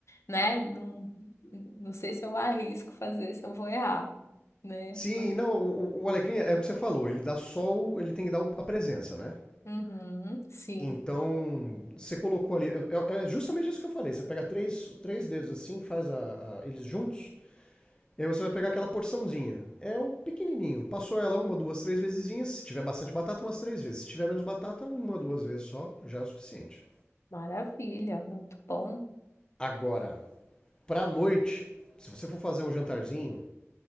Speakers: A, on the left; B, on the left.
A: né? Não, não sei se eu arrisco fazer, se eu vou errar, né?
B: Sim,
A: Mas.
B: não, o, o Alecrim é o que você falou, ele dá só o, ele tem que dar o- a presença, né?
A: Uhum, sim,
B: Então, você colocou ali, é, é é justamente isso que eu falei, você pega três, três dedos assim, faz a- a- eles juntos, e aí você vai pegar aquela porçãozinha. É um pequenininho, passou ela uma, duas, três vezesinhas, se tiver bastante batata, umas três vezes, se tiver menos batata, uma, duas vezes só, já é o suficiente.
A: maravilha, muito bom.
B: Agora, pra noite, se você for fazer um jantarzinho,